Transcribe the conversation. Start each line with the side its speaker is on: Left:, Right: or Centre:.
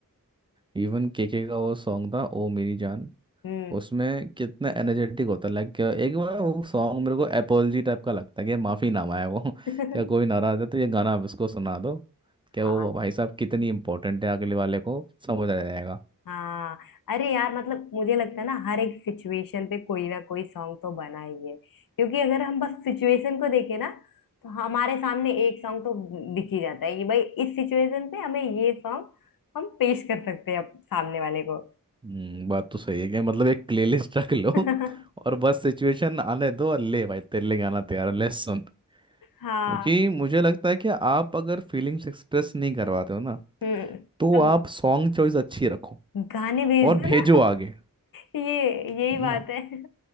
Right: इवन केके का वो सॉन्ग था ओ मेरी जान
Left: हम्म
Right: उसमें कितना एनर्जेटिक होता है लाइक एक बार वो सॉन्ग मेरे को एपोलॉजी टाइप का लगता है कि माफी नामा है वो <laughs>
Left: <laughs>
Right: क्या कोई नाराज है तो ये गाना आप उसको सुना दो क्या
Left: हाँ
Right: वो भाई साहब कितनी इंपॉर्टेंट है अगले वाले को समझ आ जाएगा
Left: हाँ अरे यार मतलब मुझे लगता है ना हर एक सिचुएशन पे कोई ना कोई सॉन्ग तो बना ही है क्योंकि अगर हम बस सिचुएशन को देखें ना तो हमारे सामने एक सॉन्ग तो दिख ही जाता है कि भाई इस सिचुएशन पे हमें ये सॉन्ग हम पेश कर सकते हैं अप- सामने वाले को
Right: हम्म बात तो सही है क्या मतलब एक प्लेलिस्ट रख लो
Left: <laughs>
Right: <laughs> और बस सिचुएशन आने दो और ले भाई तेरे लिए गाना तैयार है ले सुन
Left: हाँ
Right: क्योंकि मुझे लगता है कि आप अगर फीलिंग्स एक्सप्रेस नहीं करवाते हो ना
Left: हम्म
Right: तो
Left: तो
Right: आप सॉन्ग चॉइस अच्छी रखो
Left: गाने भेज
Right: और
Left: दो ना
Right: भेजो आगे
Left: ये यही
Right: है
Left: बात
Right: ना
Left: है